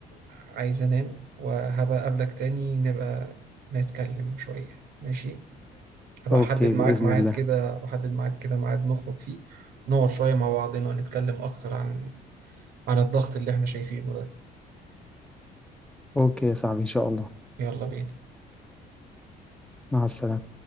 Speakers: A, on the right (about 65°); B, in the centre.
A: عايز انام وهبقى اقابلك تاني نبقى نتكلم شوية ماشي هبقى
B: أوكي
A: احدد معاك
B: بإذن
A: ميعاد
B: الله
A: كده بحدد معاك كده ميعاد نخرج فيه نقعد شوية مع بعضنا نتكلم اكتر عن عن الضغط اللي احنا شايفينه ده
B: أوكي يا صاحبي إن شاء الله
A: يلا بينا
B: مع السلامة